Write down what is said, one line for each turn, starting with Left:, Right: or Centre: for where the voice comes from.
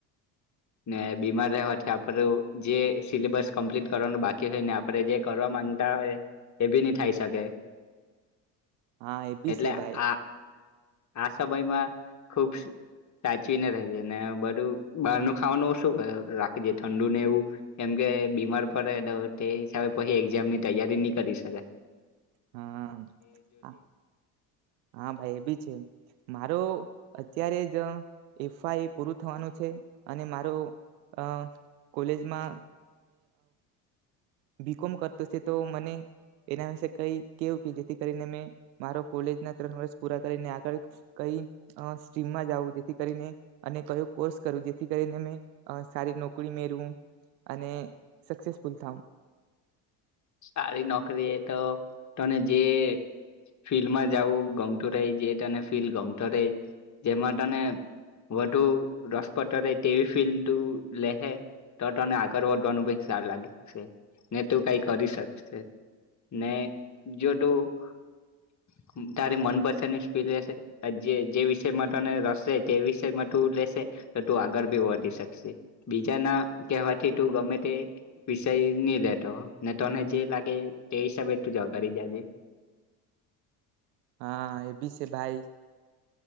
Left: ને બીમાર રહેવાથી આપણું જે સિલેબસ કમ્પ્લીટ કરવાનું બાકી હોયને આપણે જે કરવા માંગતા હોય એ બી નહી થાય શકે
Right: હા એ બી
Left: એટલે
Right: સે ભાઈ
Left: આ આ સમયમાં ખુબ સાચવીને રજે ને બધું બહાર ન ખાવાનું ઓછું રાખેજે ઠંડુને એવું કેમ કે બીમાર પડે તો તે હિસાબે પછી એઝામ ની તૈયારી નહી કરી શકે
Right: હા હ હા ભાઈ એ બી છે મારો અત્યારે જ એફઆઈ પૂરું થવાનું છે અને મારો અ કોલેજમાં બીકોમ કરતો તો મને એના વિશે કઈ કેવું કે જેથી કરીને મે મારો કોલેજ ના ત્રણ વર્ષ પૂરા કરીને આગળ કઈ અ સ્ટ્રીમમાં જવું જેથી કરીને અને કયો કોર્સ કરું જેથી કરીને મે સારી અ નોકરી મેળવું અને સક્સેસફુલ થાવ
Left: સારી નોકરી એ તો તને જે ફિલ્ડમાં જવું ગમતું રહી જે તને ફિલ્ડ ગમત રહી જેમાં તને વધુ રસપટ રહે તેવી ફિલ્ડ તું લે હે તો તને આગળ વધવાનુભ સારું લાગ ને તું કઈક કરી શક શે ને જો તું તારી મનપસંદ ની સ્પીલ લેશે જે જે વિષયમાં તને રશે તે વિષયમાં તું લેશે તો તું આગળ ભી વધી શકશે બીજા ના કહેવાથી તું ગમે તે વિષય નહી લેતો ને તને જે લાગે તે હિસાબે તું આગળી જ જે.
Right: હા એ બી છે, ભાઈ